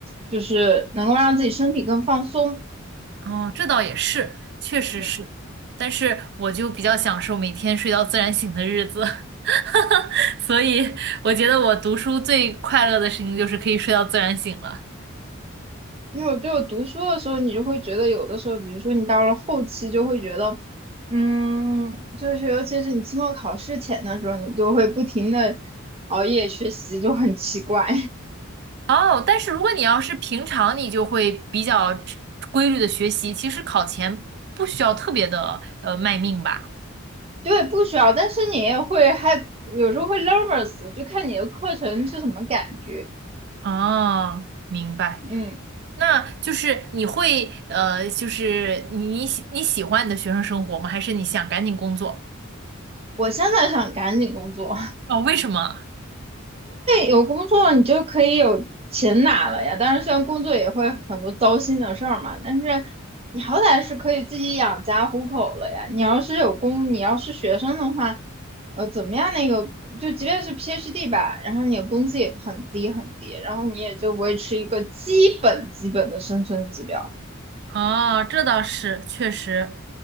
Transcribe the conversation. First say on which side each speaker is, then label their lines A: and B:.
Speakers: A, on the right; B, on the right.
A: 就是能够让自己身体更放松。
B: 哦，这倒也是，确实是，
A: 嗯。
B: 但是我就比较享受每天睡到自然醒的日子，<laughs> 所以我觉得我读书最快乐的事情就是可以睡到自然醒了。
A: 因为我就读书的时候，你就会觉得有的时候，比如说你到了后期，就会觉得，嗯，就是尤其是你期末考试前的时候，你就会不停的熬夜学习，就很奇怪。
B: 哦，但是如果你要是平常，你就会比较规律的学习，其实考前不需要特别的呃卖命吧。
A: <laughs> 对，不需要，但是你也会还有时候会 nervous，就看你的课程是什么感觉。
B: 哦，明白。
A: 嗯，
B: 那就是你会呃，就是你你喜你喜欢你的学生生活吗？还是你想赶紧工作？
A: 我现在想赶紧工作，
B: 哦，为什么？
A: 有工作你就可以有钱拿了呀。当然，虽然工作也会很多糟心的事儿嘛，但是你好歹是可以自己养家糊口了呀。你要是有工，你要是学生的话，呃，怎么样？那个就即便是 PhD 吧，然后你的工资也很低很低，然后你也就维持一个基本基本的生存指标。
B: 哦，这倒是，确实，